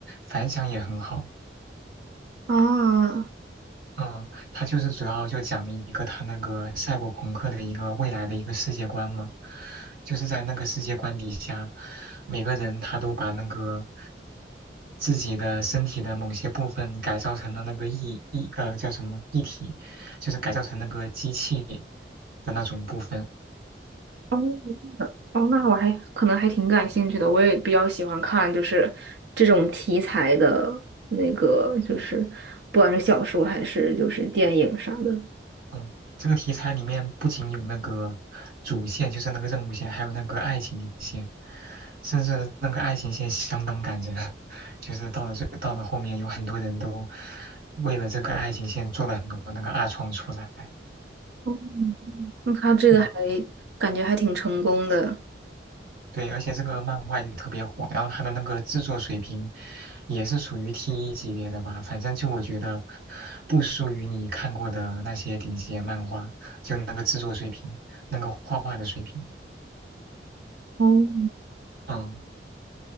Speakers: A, on the right; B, on the right.
A: 反响也很好。
B: 啊，
A: 嗯，它就是主要就讲了一个它那个赛博朋克的一个未来的一个世界观嘛，就是在那个世界观底下，每个人他都把那个自己的身体的某些部分改造成了那个一一呃叫什么一体，就是改造成那个机器的那种部分。
B: 哦哦，那我还可能还挺感兴趣的，我也比较喜欢看就是这种题材的那个，就是不管是小说还是就是电影啥的。
A: 嗯，这个题材里面不仅有那个主线，就是那个任务线，还有那个爱情线，甚至那个爱情线相当感人，<laughs> 就是到了最到了后面，有很多人都为了这个爱情线做了很多那个二创出来。
B: 哦，那他这个还
A: 嗯，
B: 感觉还挺成功的。
A: 对，而且这个漫画也特别火，然后它的那个制作水平也是属于 T 一级别的吧，反正就我觉得不输于你看过的那些顶级漫画，就那个制作水平，那个画画的水平，
B: 哦，
A: 嗯。